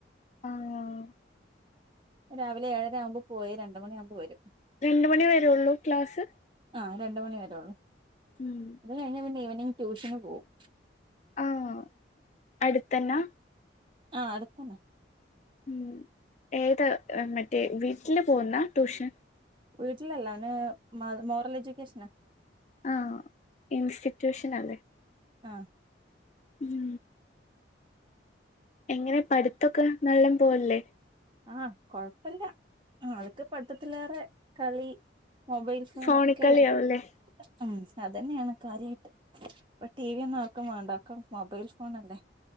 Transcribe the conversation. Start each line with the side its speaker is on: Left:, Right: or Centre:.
Left: ആഹ്
Right: രാവിലെ ഏഴര ആവുമ്പോൾ പോയി രണ്ട് മണിയാകുമ്പോൾ വരും
Left: രണ്ട് മണി വരെള്ളൂ ക്ലാസ്
Right: ആഹ് രണ്ട് മണി വരള്ളൂ
Left: ഉം
Right: അത് കഴിഞ്ഞ പിന്നെ ഈവനിങ് ട്യൂഷന് പോകും
Left: ആഹ് അടുത്തന്നാ
Right: ആഹ് അടുത്തന്നെ
Left: ഉം ഏതാ മറ്റേ വീട്ടില് പോകുന്നാ ട്യൂഷൻ
Right: വീട്ടിലല്ല മോറൽ എഡ്യൂക്കേഷനാ
Left: ആഹ് ഇൻസ്റ്റിറ്റ്യൂഷനാ
Right: ആഹ്
Left: ഉം എങ്ങനെ പഠിത്തൊക്കെ നല്ല പോവല്ലേ
Right: ആഹ് കൊഴപ്പല്ല അവൾക്ക് പഠത്തത്തിലേറെ കളി മൊബൈൽ ഫോൺ
Left: ഫോണിക്കളിയാവുല്ലേ
Right: ഒക്കെല്ലേ ഉം അതന്നെയാണ് കാര്യായിട്ട് ഇപ്പൊ ടി വി ഒന്നും ആർക്കും വേണ്ട ഒക്കെ മൊബൈൽ ഫോൺ അല്ലേ